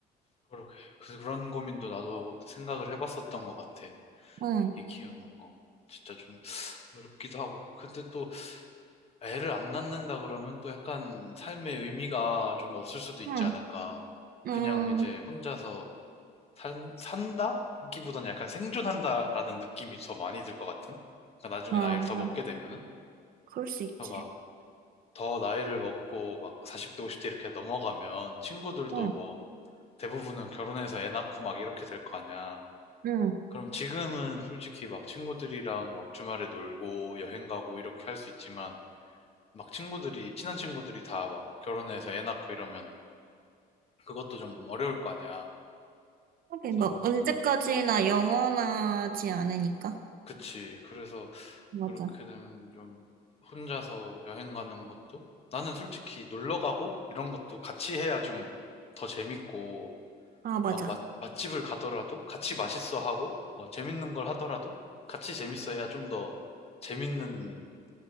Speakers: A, on the left; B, on the right.
A: 그러게. 그- 그런 고민도 나도 생각을 해봤었던 것 같아.
B: 응,
A: 애기 키우는 거. 진짜 좀 어렵기도 하고. 근데 또 애를 안 낳는다 그러면 또 약간 삶의 의미가 좀 없을 수도 있지
B: 응,
A: 않을까. 그냥
B: 응.
A: 이제 혼자서 산, 산다? 기보는 약간 생존한다라는 느낌이 더 많이 들 것 같은? 그러니까 나중에
B: 아,
A: 나이를
B: 맞아.
A: 더 먹게 되면은?
B: 그럴 수 있지.
A: 그러니까 막더 나이를 먹고 막 40대, 50대 이렇게 넘어가면 친구들도
B: 응,
A: 뭐 대부분은 결혼해서 애 낳고 막 이렇게 될 거 아니야.
B: 응.
A: 그럼 지금은 솔직히 막 친구들이랑 막 주말에 놀고 여행 가고 이렇게 할 수 있지만 막 친구들이, 친한 친구들이 다 막 결혼해서 애 낳고 이러면 그것도 좀 어려울 거 아니야.
B: 하긴
A: 그래서
B: 뭐,
A: 막,
B: 언제까지나
A: 어,
B: 영원하지 않으니까.
A: 그치. 그래서
B: 맞아.
A: 그렇게 되면 좀 혼자서 여행 가는 것도 나는 솔직히 놀러 가고 이런 것도 같이 해야 좀 더 재밌고
B: 아, 맞아.
A: 막 맛, 맛집을 가더라도 같이 맛있어 하고 뭐 재밌는 걸 하더라도 같이 재밌어 해야 좀 더 재밌는